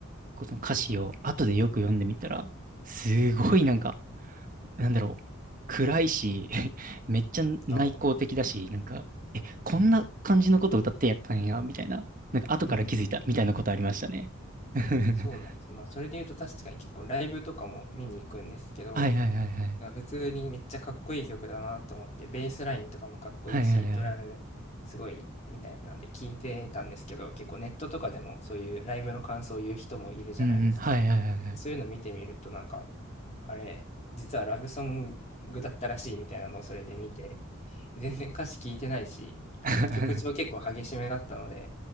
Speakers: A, on the right; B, on the left.
A: こうその歌詞を後でよく読んでみたら、すごいなんか、なんだろう、暗いし、
B: うん。
A: <laughs> めっちゃ内向的だし、
B: あ、お
A: なんか、え、こんな感じのことを歌ってやったんや、みたいな、なんか後から気づいた、
B: うん。
A: みたいなことありましたね。<laughs>
B: そうなんです。まあ、それで言うと確かに結構ライブとかも見に行くんですけど、
A: はいはいはいはい。
B: 普通にめっちゃかっこいい曲だなと思って、ベースラインとかもかっこいいし、
A: はいはいはい。
B: ドラムすごいみたいなので聞いてたんですけど、結構ネットとかでもそういうライブの感想を言う人もいるじゃないですか。
A: うんうん。はいはいはいはい。
B: そういうの見てみるとなんか、あれ、実はラブソングだったらしいみたいなのをそれで見て、全然歌詞聞いてないし、
A: <laughs>
B: 曲調結構激しめだったので、
A: な